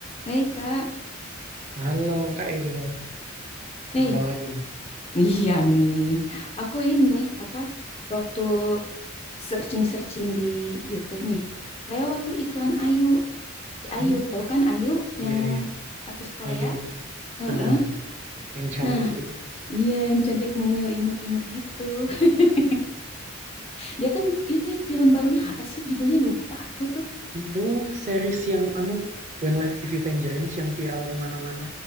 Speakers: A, on the left (about 30°); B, on the right (about 35°).
A: Hei Kak,
B: Halo Kak Ega,
A: hei,
B: jumpa lagi nih.
A: iya nih, aku ini apa waktu searching-searching di YouTube nih, lewat tuh iklan Ayu, si Ayu
B: Hmm,
A: tahu kan Ayu
B: iya
A: yang
B: iya,
A: artis Korea,
B: Ayu,
A: Heeh.
B: benar-benar yang cantik
A: Nah
B: itu.
A: iya yang cantik mungil imut-imut gitu, <laughs> dia kan ini film barunya apa sih judulnya lupa aku tuh,
B: Itu series yang anu When Life Give You Tangerines yang viral kemana-mana,